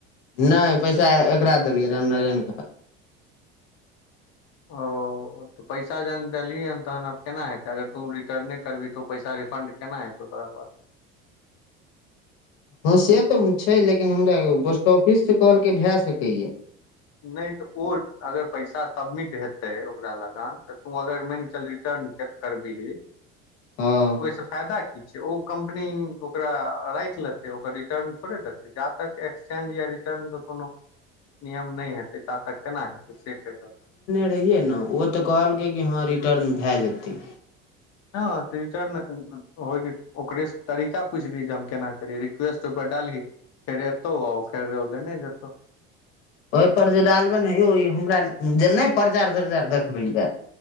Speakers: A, on the left; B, on the left.
A: नहि पैसा एकरा देलियै रामनारायण
B: ओ तऽ पैसा जहन देलिये हन तहन आब केना हेतै अगर तू रिटर्ने करबही तऽ पैसा रिफण्ड केना हेतौ तोरा पर
A: ह से तऽ छै लेकिन हमरा पोस्ट ऑफिस से कहलक भए सकैया
B: नहि तऽ ओ अगर पैसा सभमिट हेतै ओकरा लगन त तू अगर मानिक चल रिटर्न करबही
A: हँ
B: ओहिसँ फायदा कि छै ओ कम्पनी ओकरा राखि लेतै ओकर रिटर्न थोड़े देतै जा तक एक्सचेज या रिटर्न के कोनो नियम नहि हेतै त तक केना हेतै से कहि रहल
A: रहि ने ओ तऽ कहलकै कि हँ रिटर्न भए जेतै
B: ह तऽ रिटर्न अखन क होके ओकरे तरीका पूछली जे हम केना करी रिक्वेस्ट ओहिपर डाल हि फेर एतौ आ फेर लेने जेते
A: ओहि पर जे डालबे ने हे यै हमरा जे नहि प्रचार तचार देखबै या